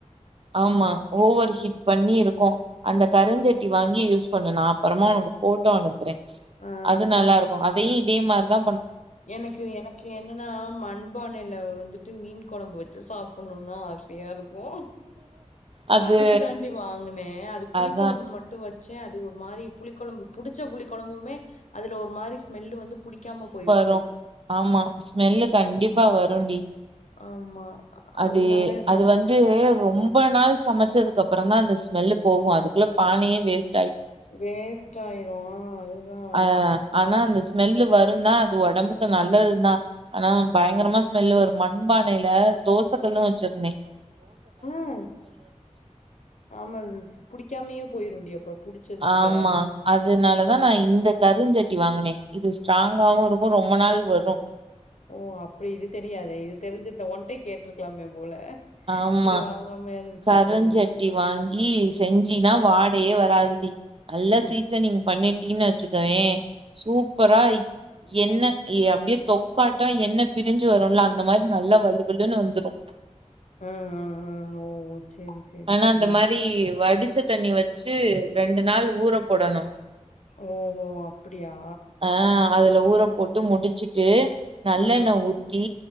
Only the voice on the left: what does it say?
ம்
ம்
ஆ
அனுப்பு
எனக்கு எனக்கு என்னன்னா மண்பானையில வந்துட்டு மீன் கொழம்பு வச்சி சாப் பண்ணுனா ஆசையா இருக் ஓ
அதுக்கு தாண்டி வாங்கனன் அது புளி
கொழம்பு மட்டும் வச் ச்ச அது ஒரு மாரி புளிகொழம்பு புடிச்ச புளி கொழம்புமே அதுல ஒரு மாரி ஸ்மெல்லுவந்து புடிக்காம போயிரு
ஆமா
அதனால இப்ப
வேஸ்ட்டாயிரும் அதுதா
ம் ஆமா அதுஸ் புடிக்காமயே போயிரும் அப்றோ புடிச்சது
கூட
ம்
ஓ அப்டி இது தெரியாத இது தெரிஞ்சுந்தா ஒன்ட கேட்ருக்கலாமே போல
இத வாங்காமயாது விட்ருப்பே
நானு
அப்
ம் ம் ம் ஓ சேரி சேரி
ம்
ஓஹோ அப்டி அப்டியா
ம்